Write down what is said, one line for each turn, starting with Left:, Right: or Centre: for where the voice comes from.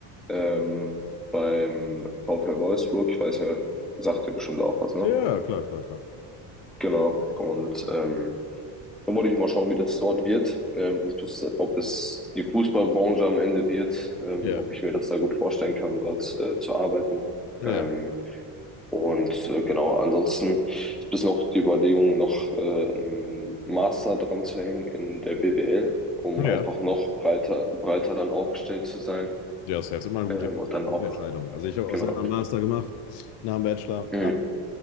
Centre: ähm, beim VfL Wolfsburg. Ich weiß ja, sagt ihr bestimmt auch was, ne?
Left: Ja, klar, klar, klar.
Centre: Genau. Und ähm, Dann wollte ich mal schauen, wie das dort wird, ähm, ob das, ob es die Fußballbranche am Ende wird, ähm,
Left: Ja,
Centre: ob ich mir das da gut vorstellen kann, dort äh, zu arbeiten.
Left: ja,
Centre: Ähm, und äh, genau, ansonsten ist bis noch die Überlegung, noch äh, einen Master dran zu hängen in der BWL, um
Left: ja.
Centre: einfach noch breiter, breiter dann aufgestellt zu sein.
Left: Ja, das ist immer eine
Centre: Ähm,
Left: gute,
Centre: und dann auch,
Left: gute Entscheidung. Also ich habe
Centre: genau.
Left: auch selber einen Master gemacht nach dem Bachelor.
Centre: Mhm.
Left: Ah,